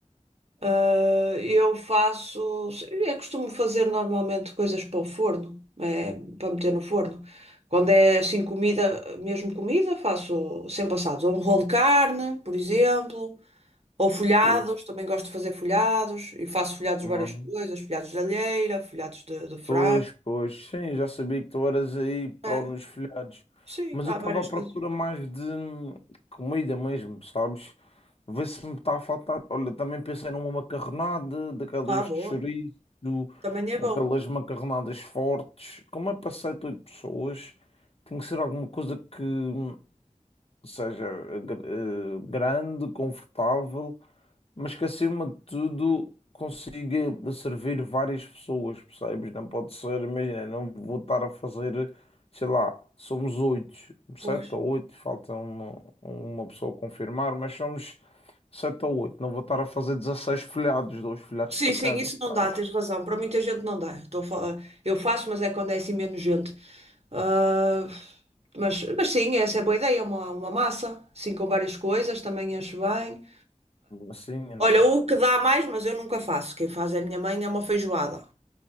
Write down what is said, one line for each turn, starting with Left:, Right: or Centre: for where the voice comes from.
Right: Eh, Eu faço. Eu costumo fazer normalmente coisas para o forno, eh, para meter no forno. Quando é assim comida, mesmo comida, faço sempre assados. Ou um rolo de carne, por exemplo. Ou folhados,
Left: Ou-
Right: também gosto de fazer folhados. E faço folhados
Left: Não,
Right: de várias
Left: não.
Right: coisas: folhados de alheira, folhados de, de frango.
Left: Pois, pois, sim, já sabia que tu eras aí pró
Right: né?
Left: nos folhados,
Right: Sim,
Left: mas
Right: há
Left: eu estava
Right: várias
Left: à procura
Right: coisas.
Left: mais de hum, comida mesmo, sabes? Vê se me está a faltar. Olha, também pensei numa macarronada, daquelas
Right: Ah, boa.
Left: de chouriço,
Right: Também é
Left: uma-
Right: bom.
Left: aquelas macarronadas fortes. Como é para sete, oito pessoas, tem que ser alguma coisa que hum, Ou seja, gr- eh, grande, confortável, mas que acima de tudo consiga servir várias pessoas, percebes? Não pode ser, imagina, não vou estar a fazer, sei lá, somos oito, sete
Right: Pois.
Left: ou oito, falta uma, uma pessoa confirmar, mas somos sete ou oito, não vou estar a fazer 16 folhados, dois folhados
Right: Sim,
Left: para
Right: sim,
Left: cada,
Right: isso não
Left: percebes?
Right: dá, tens razão. Para muita gente não dá. Estou a falar- Eu faço, mas é quando é assim menos gente. Ah, mas, mas sim, essa é boa ideia. Uma, uma massa, assim com várias coisas, também enche bem.
Left: Assim, não.
Right: Olha, o que dá mais, mas eu nunca faço. Quem faz é a minha mãe, é uma feijoada.